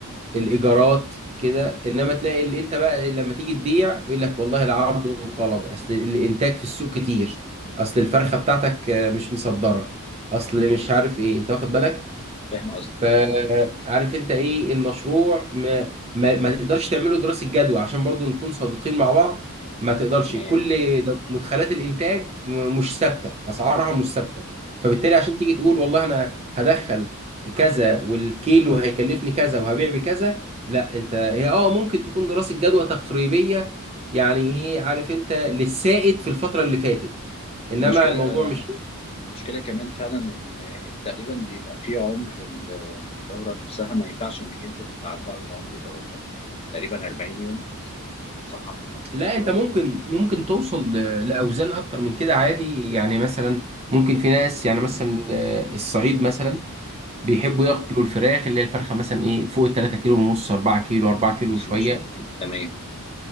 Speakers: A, on the right (about 25°); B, on the left (about 25°).
A: الإيجارات كده إنما تلاقي اللي أنت بقى لما تيجي تبيع يقول لك والله العرض والطلب أصل الإنتاج في السوق كتير أصل الفرخة بتاعتك آه، مش مصدرة أصل مش عارف إيه أنت واخد بالك
B: فاهم قصدك
A: فعارف انت ايه المشروع ما, ما, ما تقدرش تعمله دراسة جدوى عشان برضو نكون صادقين مع بعض ما تقدرش
B: تمام
A: كل ده- مدخلات الانتاج م- مش ثابتة اسعارها مش ثابتة فبالتالي عشان تيجي تقول والله انا هدخل كذا والكيلو هيكلفني كذا وهبيع بكذا لا انت هي اه ممكن تكون دراسة جدوى تقريبية يعني ايه عارف انت للسائد في الفترة اللي فاتت انما
B: المشكله
A: الموضوع مش
B: المشكلة كمان فعلا إن تقريبا بيبقى في عمر لل- للدورة نفسها ما ينفعش إنك أنت تتعدى على العمر دوت يعني تقريبا 40 يوم صحح لي المعلومة
A: لا
B: لو غلط
A: انت ممكن ممكن توصل ل- لاوزان اكتر من كده عادي يعني مثلا ممكن في ناس يعني مثلا آه، الصعيد مثلا بيحبوا ياكلوا الفراخ اللي هي الفرخه مثلا ايه فوق ال 3 كيلو ونص 4 كيلو 4 كيلو
B: بس
A: وشويه
B: إن شاء الله تمام